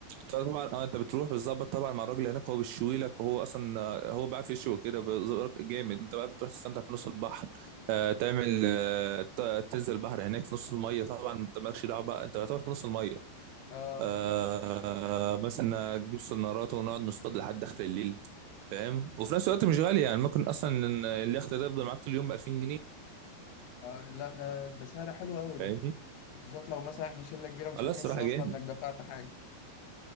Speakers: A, on the right; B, on the left.
A: طبعا اه انت بتروح بتظبط طبعا مع الراجل هناك هو بيشوي لك وهو اصلا آه، هو بيعرف يشوي كده بز- جامد انت بقى بتروح تستمتع في نص البحر آه تعمل آه ت- تنزل البحر هناك في نص الميه طبعا انت مالكش دعوه بقى انت يعتبر في نص الميه
B: اه
A: آه مثلا تجيب سنارات ونقعد نصطاد لحد داخل الليل فاهم وفي نفس الوقت مش غالي يعني ممكن اصلا إن اليخت ده يفضل معاك طول اليوم ب 2000 جنيه
B: اه لا ده ده سعر حلو قوي
A: فاهمني
B: ده بالذات لو مثلا احنا شلة كبيرة مش
A: لا
B: هتحس
A: الصراحه
B: اصلا
A: جامد
B: انك دفعت حاجة